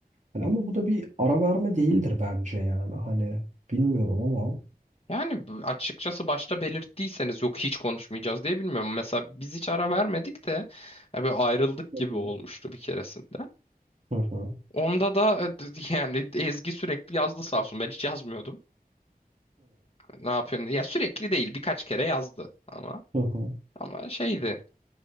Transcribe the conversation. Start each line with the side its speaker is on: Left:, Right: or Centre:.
Right: Hani ama bu da bir ara verme değildir bence yani. Hani bilmiyorum ama
Left: Yani bu- açıkçası başta belirttiyseniz yok hiç konuşmayacağız diye bilmiyorum. Mesela biz hiç ara vermedik de ya böyle ayrıldık
Right: Hı
Left: gibi
Right: hı.
Left: olmuştu bir keresinde.
Right: Hı hı.
Left: Onda da e, d- yani Ezgi sürekli yazdı sağ olsun. Ben hiç yazmıyordum. Ne yapıyorsun? Ya sürekli değil birkaç kere yazdı ama
Right: Hı hı. hı.
Left: ama şeydi.